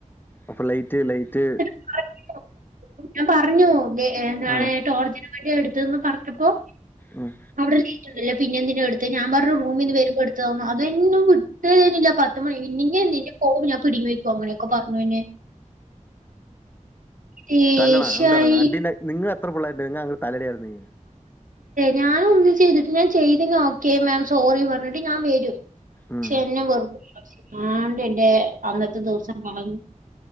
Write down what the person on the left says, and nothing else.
അപ്പൊ ലൈറ്റ് ലൈറ്റ്
ആഹ്
ഉം
തല്ലണോ അഹ് ന്താണ് അടിണ്ടായ് നിങ്ങൾ എത്ര പിള്ളാര്ണ്ടായി നിങ്ങൾ അങ്ങ് തല്ലടി യങ്ങ്
ഉം